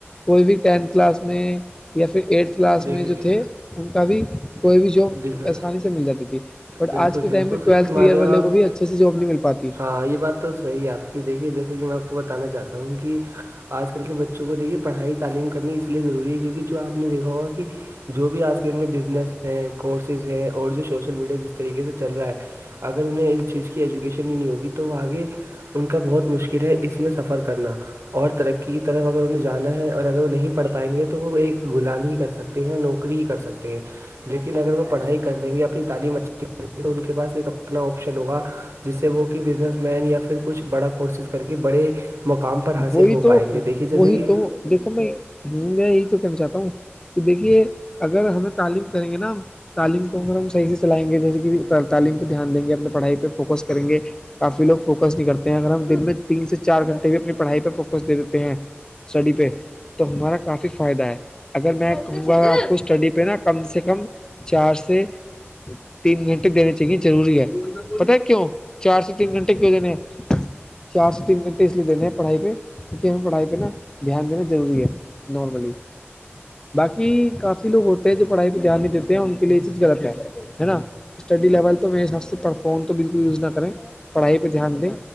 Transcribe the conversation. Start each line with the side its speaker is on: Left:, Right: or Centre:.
Left: کوئی بھی ٹینتھ کلاس میں یا پھر ایٹھ کلاس
Right: دیکھیے
Left: میں جو تھے ان کا بھی کوئی بھی جاب
Right: دیکھیے
Left: آسانی سے مل جاتی تھی بٹ
Right: بالکل
Left: آج کے
Right: بالکل
Left: ٹائم میں ٹویلتھ
Right: صحیح ہمارے
Left: کلیئر والے
Right: یہاں آپ
Left: کو بھی اچھے سے جاب نہیں مل پاتی
Right: ہاں یہ بات تو صحیح ہے آپ کہ دیکھیے جیسے کہ میں آپ کو بتانا چاہتا ہوں کہ آج کل کے بچوں کو دیکھیے پڑھائی تعلیم کرنی اس لیے ضروری ہے کیونکہ جو آپ نے دیکھا ہوگا کہ جو بھی آج کے دن میں بزنس ہے کورسز ہیں اور جو سوشل میڈیا جس طریقے سے چل رہا ہے اگر انہیں اس چیز کی ایجوکیشن ہی نہیں ہوگی تو وہ آگے ان کا بہت مشکل ہے اس میں سفر کرنا اور ترقی کی طرف اگر انہیں جانا ہے اور اگر وہ نہیں پڑھ پائیں گے تو وہ ایک غلام ہی کر سکتے ستے ہیں نوکری ہی کر سکتے ہیں اگر وہ پڑھائی کر لیں گے اپنی تعلیم اچھی کر تو ان کے پاس ایک اپنا آپشن ہوگا جس سے وہ کہ بزنس مین یا پھر کچھ بڑا کو کورسز کر کے بڑے مقام پر حاصل
Left: وہی
Right: ہو
Left: تو
Right: پائیں گے دیکھیے
Left: وہی
Right: جیسے کہ
Left: تو دیکھو میں ہوں میں یہی تو کہنا چاہتا ہوں کہ دیکھیے اگر ہمیں تعلیم کریں گے نا تعلیم کو اگر ہم صحیح سے چلائیں گے جیسے کہ تعلیم پہ دھیان دیں گے اپنے پڑھائی پہ فوکس کریں گے کافی لوگ فوکس نہیں کرتے اگر ہم دن میں تین سے چار گھنٹے پڑھائی پہ فوکس دے دیتے ہیں اسٹڈی پہ تو ہمارا کافی فائدہ ہے اگر میں کہوں گا آپ کو اسٹڈی پہ نا کم سے کم چار سے تین گھنٹے دینے چاہیے روری ہے پتا ہے کیوں چار سے تین گھنٹے کیوں دینے ہیں چار سے تین گھنٹے اس لیے دینے ہیں پڑھائی پہ کیکہ ہمیں پڑھائی پہ نا دھیان دینا ضروری ہے نارملی باقی کافی لوگ ہوتے ہیں جو پڑھائی پہ دھیان نہیں دیتے ہیں ان کے لیے یہ چیز غلط ہے نا اسٹڈی لیول تو میرے حساب سے فون تو بالکل یوز نہ کریں پڑھائی پہ دھیان دیں